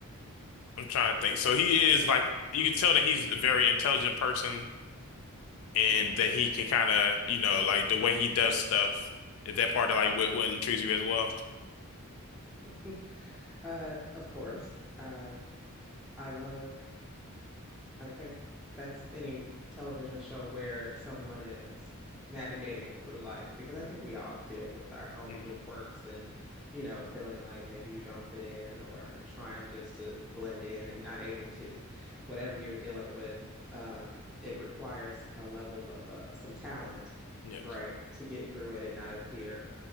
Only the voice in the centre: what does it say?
hmm
<laughs> Uh, of course. Uh, I love. I think that's any television show where someone is navigating through life because I think we all deal with our own
little quirks and, you know, feeling like maybe you don't fit in or trying just to blend in and not able to. Whatever you're dealing with, um, it requires a level of uh, some talent,
right, to get through it and not appear